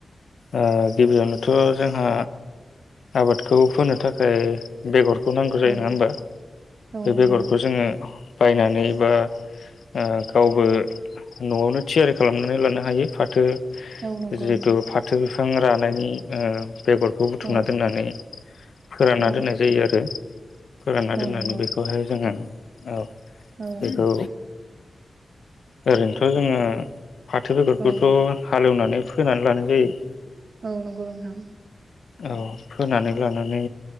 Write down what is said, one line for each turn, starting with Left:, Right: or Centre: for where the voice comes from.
Left: ओ गिबियावनोथ' जोंहा आबादखौ फोनो थाखाय बेगर खौ नांगौ जायो
Right: औ
Left: नङाहोमबा
Right: औ
Left: बे
Right: नंगौ
Left: बेगरखौ जोङो बायनानै बा ओ गावबो न'आवनो थियारि खालामनानै लानो हायो फाथो
Right: औ नंगौ
Left: जितु फाथो फां रानायनि ओ बेगरखौ बुथुमना
Right: औ
Left: दोननानै फोरानना
Right: औ
Left: दोननाय जायो आरो । फोरानना
Right: औ
Left: दोननानै
Right: नंगौ
Left: बेखौहाय जोंहा औ ।
Right: औ
Left: बेखौ ओरैनोथ' जोङो फाथो बेगरखौथ'
Right: औ
Left: हालौनानै फोनानै लानाय जायो।
Right: औ नंगौ नोंथां।
Left: औ फोनानै लानानै